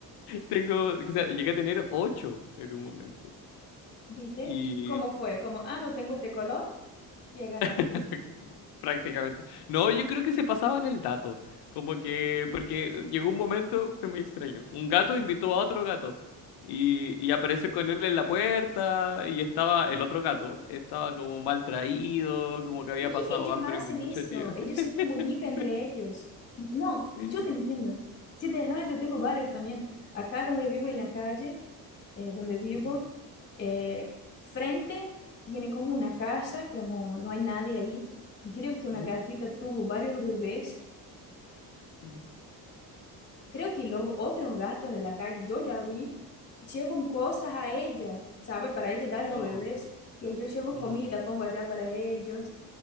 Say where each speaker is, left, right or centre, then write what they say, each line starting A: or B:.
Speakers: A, on the left (about 80°); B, on the left (about 30°).
A: tengo, o sea, llegué a tener ocho en un momento.
B: ¿viste?
A: Y
B: ¿Y cómo fue? Como, ah, no tengo este color y agarraste.
A: <laughs> Prácticamente. No, yo creo que se pasaban el dato. Como que, porque llegó un momento, fue muy extraño. Un gato invitó a otro gato y, y apareció con él en la puerta y estaba el otro gato, estaba como mal traído, como que había
B: Sí,
A: pasado
B: ellos
A: hambre
B: hacen
A: por mucho
B: eso,
A: tiempo.
B: ellos
A: <laughs>
B: se comunican entre
A: Sí,
B: ellos. No,
A: sí.
B: yo te entiendo. Si deja, yo tengo varios también. Acá donde vivo en la calle, eh, donde vivo,
A: Mm,
B: eh, frente tiene como una casa, como no hay nadie ahí, y creo que una
A: mm.
B: gatita tuvo varios bebés
A: mm.
B: Creo que los otros gatos de la calle, yo ya vi, llevan cosas a ella, ¿sabe? Para ella dar a los
A: Oh,
B: bebés. Y ahí yo llevo
A: mm,
B: comida, pongo allá para ellos.